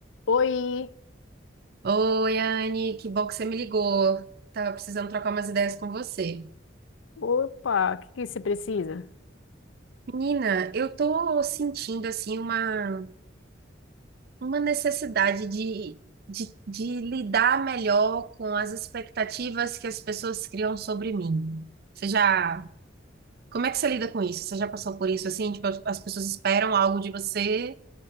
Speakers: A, on the left (about 90°); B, on the right (about 55°).
A: Oi,
B: Oi, Anne, que bom que você me ligou. Tava precisando trocar umas ideias com você.
A: opa, o que que você precisa?
B: Menina, eu tô sentindo assim uma, uma necessidade de, de, de lidar melhor com as expectativas que as pessoas criam sobre mim. Você já, como é que você lida com isso? Você já passou por isso assim? Tipo, as pessoas esperam algo de você